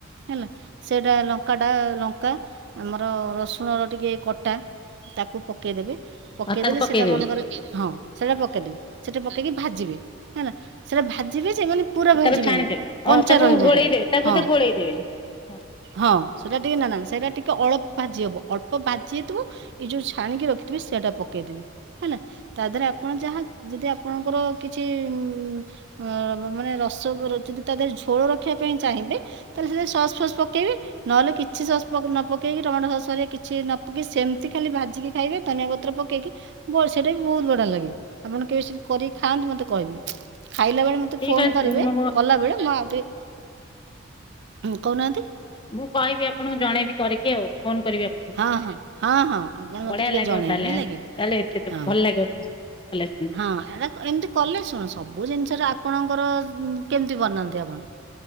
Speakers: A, on the right (about 55°); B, on the left (about 25°).
A: ହେଲା ସେଟା ଲ କଟା ଲଙ୍କା ଆମର ରସୁଣର ଟିକେ କଟା ତାକୁ ପକେଇଦେବେ। ପକେଇଦେଲେ
B: ଆଉ ତାକୁ ପକେଇଦେବେ
A: ସେଇଟା ମନେକରେ ହଁ ସେଟା ପକେଇଦବ ସେଇଟା ପକେଇକି ଭାଜିବେ ହେଲା। ସେଟା ଭାଜିବେ ସେ ମାନେ ପୁରା ଭାଜିବେନି
B: ତାକୁ ଛାଣିଦେବେ ଅ
A: କଞ୍ଚା
B: ତାକୁ
A: ରହିବ
B: ଗୋଳେଇଦେବେ
A: ଟିକେ
B: ତାକୁ ବୋଧେ
A: ହଁ।
B: ଗୋଳେଇଦେବେ। ହଁ
A: ହଁ ସେଟା ଟିକେ ନା ନା ସେଇଟା ଟିକେ ଅଳ୍ପ ଭାଜି ହବ ଅଳ୍ପ ଭାଜି ହେଇଥିବ ଏଇ ଯୋଉ ଛାଣିକି ରଖିଥିବେ ସେଇଟା ପକେଇଦେବେ? ହେଲା ତା ଦେହରେ ଆପଣ ଯାହା ଯଦି ଆପଣଙ୍କର କିଛି ଉଁ ଅଁ ମାନେ ରସ ଉ ଯଦି ତା ଦେହରେ ଝୋଳ ରଖିବା ପାଇଁ ଚାହିଁବେ ତାହେଲେ ସେ ସସ୍ ଫସ୍ ପକେଇବେ? ନହେଲେ କିଛି ସସ୍ ନ ପକେଇକି ଟମାଟୋ ସସ କିଛି ନ ପକେଇ ସେମିତି ଖାଲି ଭାଜିକି ଖାଇବେ ଧନିଆ ପତ୍ର ପକେଇକି ବ ସେଇଟା ବି ବହୁତ ବଢିଆ ଲାଗେ ଆପଣ କେବେ ସେମିତି କରିକି ଖାଆନ୍ତୁ ମତେ କହିବେ। ଖାଇଲା ବେଳେ ମତେ
B: ଠିକ
A: ଫୋନ
B: ଅଛି
A: କରିବେ
B: ମୁଁ
A: କଲାବେେଳେ ମଁ ଆଉ ଟିକେ ହଁ କହୁନାହାନ୍ତି।
B: ମୁଁ କହିବି ଆପଣଙ୍କୁ ଜଣେଇବି କରିକି ଆଉ ଫୋନ କରିବି ଆପଣଙ୍କୁ।
A: ହଁ ହଁ ହଁ ହଁ। ଆପଣ ମତେ
B: ବଢିଆ
A: ଟିକେ
B: ଲାଗିବ
A: ଜଣେଇବେ
B: ତାହେଲେ
A: ହେଲା କି
B: ତାହେଲେ ଏତେ
A: ହଁ
B: ଭଲ ଲାଗିବ ଭଲ ସେମିତି
A: ହଁ ଏଟା ଏମିତି କଲେ ଶୁଣ ସବୁ ଜିନିଷରେ ଆପଣଙ୍କର କେମିତି ବନାନ୍ତି ଆପଣ?